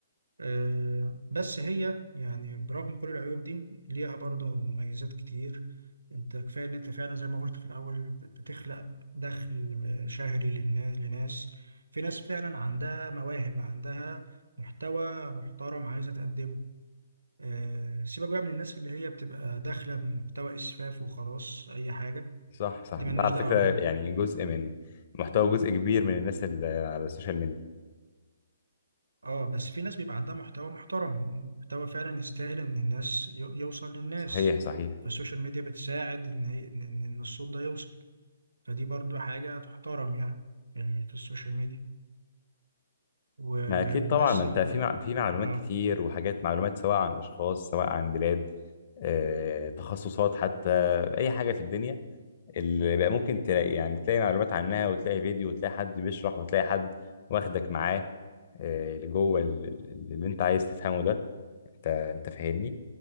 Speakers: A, on the right (about 80°); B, on the left (about 45°).
A: آه، بس هي يعني برغم كل العيوب دي ليها برضه مميزات كتير انت كفاية ان انت فعلا زي ما قلت في الاول بتخلق دخل شهري للنا- لناس في ناس فعلا عندها مواهب عندها محتوى محترم عايزة تقدمه آه، سيبك بقى من الناس اللي هي بتبقى داخلة بمحتوى اسفاف وخلاص اي حاجة
B: صح صح
A: دي ملناش
B: ده على
A: دعوة
B: فكره
A: بيها
B: يعني جزء من محتوى جزء كبير من الناس اللي على السوشيال ميديا
A: اه بس في ناس بيبقى عندها محتوى محترم ومحتوى فعلا يستاهل ان الناس ي- يوصل للناس
B: صحيح صحيح
A: فالسوشيال ميديا بتساعد ان هي- ان إن- إن الصوت ده يوصل فدي برضو حاجة تحترم يعني في ال- في السوشيال ميديا والناس
B: ما اكيد طبعا ما انت
A: اللي
B: في
A: ال-
B: مع... في معلومات
A: اه
B: كتير وحاجات معلومات سواء عن اشخاص سواء عن بلاد آه، تخصصات حتى اي حاجه في الدنيا اللي بقى ممكن تلاقي يعني تلاقي معلومات عنها وتلاقي فيديو وتلاقي حد بيشرح وتلاقي حد واخدك معاه آه، لجوه ال- ال- اللي انت عايز تفهمه ده انت انت فاهمني